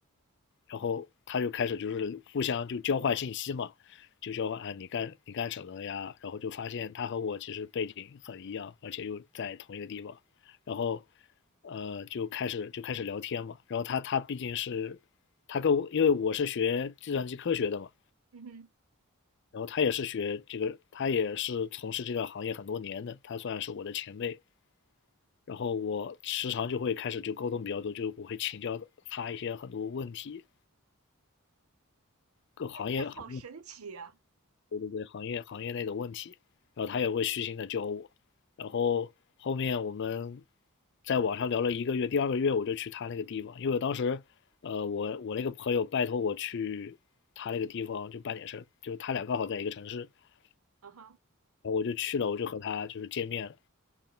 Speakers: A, on the left (about 55°); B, on the right (about 80°).
A: 然后他就开始就是互相就交换信息嘛，就交换啊你干你干什么的呀？然后就发现他和我其实背景很一样，而且又在同一个地方，然后呃就开始就开始聊天嘛。然后他他毕竟是他跟我，因为我是学计算机科学的嘛，
B: 嗯哼，
A: 然后他也是学这个，他也是从事这个行业很多年的，他算是我的前辈。然后我时常就会开始就沟通比较多，就我会请教他一些很多问题，各行业行业
B: 这好神奇呀！
A: 对对对，行业行业内的问题，然后他也会虚心的教我，然后后面我们在网上聊了一个月，第二个月我就去他那个地方，因为我当时，呃，我我那个朋友拜托我去他那个地方就办点事就是他俩刚好在一个城市，然
B: 啊哈，
A: 后我就去了，我就和他就是见面了，